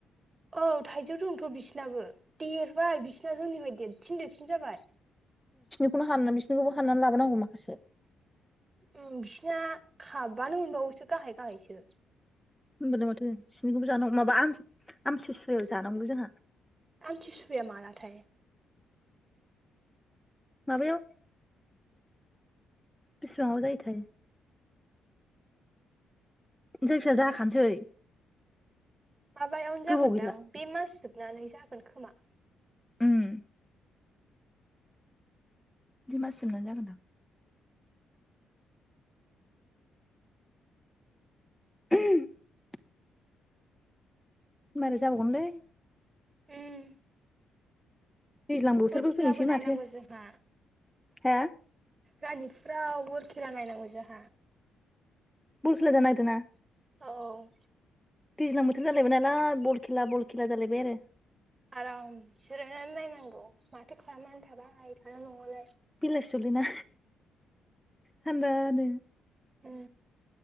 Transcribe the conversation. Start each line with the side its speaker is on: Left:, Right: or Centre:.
Right: औ थाइजौ दंथ' बिसिनाबो देरबाय बिसिना जोंनिफ्राय देरसिन -देरसिन जाबाय।
Centre: खौनो हाननानै बिसोरनिखौबो हाननानै लाबोनांगौ माखासे।
Right: औ बिसिना खाबानो मोनबावोसो। गाहाय गाहायसो।
Centre: होनबालाय माथो बिसनिखौबो जानांगौ माबा आमसु सुआयाव जानांगौ जोंहा।
Right: आमथि सुआया मालाथाय।
Centre: माबायाव बिसेबांआव जायोथाय जायखिया जाखानोसै
Right: माबायावनो जागोनदां
Centre: गोबाव गैला
Right: बे मास जोब जोबनानै जागोन खोमा।
Centre: उम। बे मास जोबनानै जागोनदां। <unintelligible> मारै जाबावगोनलै
Right: ओम
Centre: दैज्लां बोथोरबो
Right: खेलाबो
Centre: फैनोसै
Right: नायनांगौ
Centre: माथो
Right: जोंहा
Centre: हा?
Right: रानिफुराव बल खेला नायनांगौ जोहा।
Centre: बल खेला जानो नागिरदोंना
Right: औ
Centre: दैज्लां बोथोर जालायबाय नालाय बल खेला बल खेला जालायबाय आरो
Right: आराम जिरायनानै नायनांगौ माथो खालामनानै थाबाय थानो न'आवलाय।
Centre: बेलासियावलैना थान्दा नो
Right: ओम